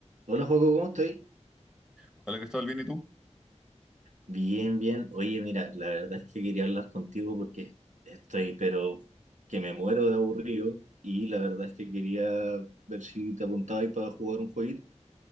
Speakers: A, on the right; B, in the centre.
A: Hola, Juaco, ¿cómo estoy?
B: Hola Cristóbal, ¿bien y tú?
A: Bien, bien. Oye, mira, la verdad es que quería hablar contigo porque estoy, pero que me muero de aburrido y la verdad es que quería ver si te apuntabas para jugar un jueguito.